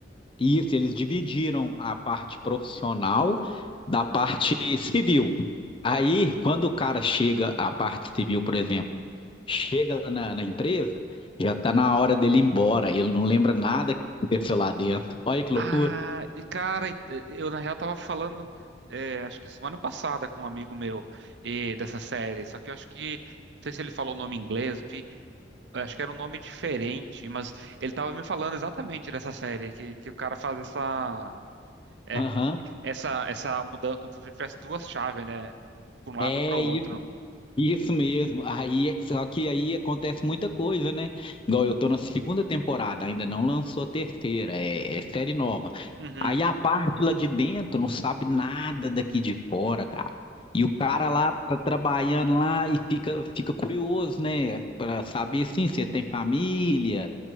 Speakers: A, on the left; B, on the right.
A: isso, eles dividiram a parte profissional da parte civil. Aí, quando o cara chega à parte civil, por exemplo, chega lá na, na empresa, já está na hora dele ir embora, ele não lembra nada que aconteceu lá dentro. Olha que
B: Ah,
A: loucura.
B: e cara, ent- eh, eu na real tava falando, é, acho que semana passada com um amigo meu e dessa série, só que eu acho que, não sei se ele falou o nome em inglês, enfim, eu acho que era um nome diferente, mas ele tava me falando exatamente dessa série, que, que o cara faz essa, é,
A: Aham.
B: essa, essa mudança, como se tivesse duas chaves, né, pra um lado
A: É
B: para o outro.
A: Isso mesmo. Aí, só que aí acontece muita coisa, né? Igual eu tô na segunda temporada, ainda não lançou a terceira, é, é série nova.
B: Uhum.
A: Aí a parte lá de dentro não sabe nada daqui de fora, cara. E o cara lá tá trabalhando lá e fica, fica curioso, né? Pra saber assim, se ele tem família,